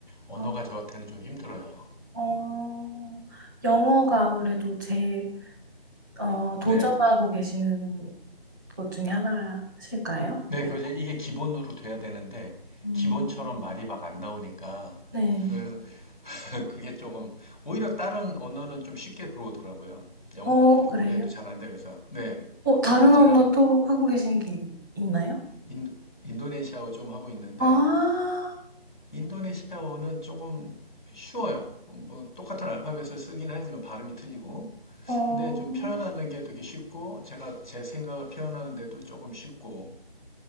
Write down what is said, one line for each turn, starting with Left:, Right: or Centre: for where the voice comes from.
Left: 언어가
Right: 어.
Left: 저한테는 좀 힘들어요.
Right: 어, 영어가 아무래도 제일 어,
Left: 네.
Right: 도전하고 계시는 것 중에 하나실까요?
Left: 네,
Right: 영.
Left: 그래서 이게 기본으로 돼야 되는데,
Right: 음,
Left: 기본처럼 말이 막 안 나오니까,
Right: 네.
Left: 그래서 <laughs> 그게 조금, 오히려 다른 언어는 좀 쉽게 들어오더라고요. 영어는
Right: 어,
Left: 그렇게
Right: 그래요?
Left: 오래 해도 잘 안 되면서, 네.
Right: 어, 다른
Left: 그래서
Right: 언어
Left: 제가 지금
Right: 또 하고 계신 게 있나요?
Left: 인도, 인도네시아어 좀 하고 있는데
Right: 아,
Left: 인도네시아어는 조금 쉬워요. 뭐 똑같은 알파벳을 쓰긴 하지만 발음이 틀리고
Right: 어.
Left: 근데 좀 표현하는 게 되게 쉽고 제가 제 생각을 표현하는데도 조금 쉽고